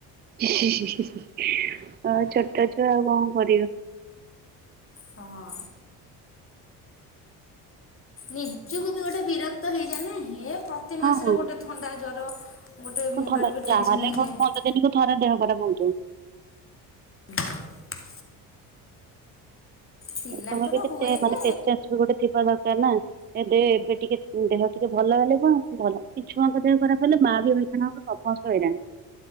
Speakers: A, on the right; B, on the left.
A: ହି ହି ହି ହି ଆଉ ଛୋଟ ଛୁଆ ଆଉ କଣ କରିବା।
B: ହଁ। ନିଜୁକୁ ବି ଗୋଟେ ବିରକ୍ତ ହେଇଯାଏନା ହେ ପ୍ରତି
A: ହଁ
B: ମାସେରେ
A: ହଁ
B: ଗୋଟେ ଥଣ୍ଡା ଜର ଗୋଟେ
A: କଣ
B: ମୁଣ୍ଡରେ
A: ଥଣ୍ଡା
B: ବି
A: ଯାହାହେଲେ
B: ଟେନସନ୍ ହେଇଯାଏ।
A: <inaudible>
B: <unintelligible> ପିଲାଙ୍କର
A: ତମେ ବି କେତେ
B: ହୁଏ
A: ମାନେ
B: ଯେ
A: ପେସେନ୍ସେ ବି ଗୋଟେ ଥିବା ଦରକାର ନା। ଏବେ ଏବେ ଟିକେ ଦେହ ଟିକେ ଭଲ ହେଲେ କଣ ଭଲ। କି ଛୁଆଙ୍କ ଦେହ ଖରାପ ହେଲେ ମା ବି ହଇରାଣ ହବ। ସମସ୍ତେ ହଇରାଣ।